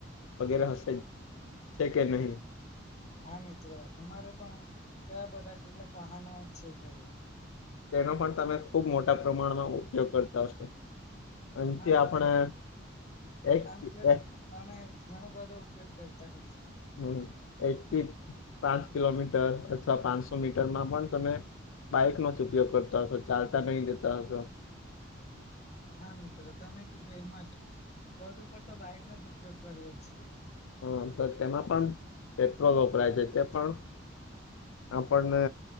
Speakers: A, on the left; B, on the left.
A: વગેરે હશે જ છે કે નહી.
B: હા મિત્રો અમારે પણ એવા બધા કેટલાક વાહનો છે ઘરે.
A: તેનો પણ તમે ખુબ મોટા પ્રમાણમાં ઉપયોગ કરતા હશો. અહીથી
B: હા
A: આપણે
B: મિત્ર
A: એક
B: આમ
A: એક.
B: અમે ઘણો બધો ઉપયોગ કરતા હોયે છીએ.
A: હમ્મ એક થી પાંચ કિલોમીટર અથવા પાંચસો મીટરમાં પણ તમે. બાઈક નો જ ઉપયોગ કરતા હશો ચાલતા નહી જતા હશો.
B: હા મિત્ર તમે કીધું એમ જ વધુ પર તો બાઇકનો જ ઉપયોગ કરીએ છીએ.
A: હા તો તેમા પણ પેટ્રોલ વાપરાય છે તે પણ. આપણને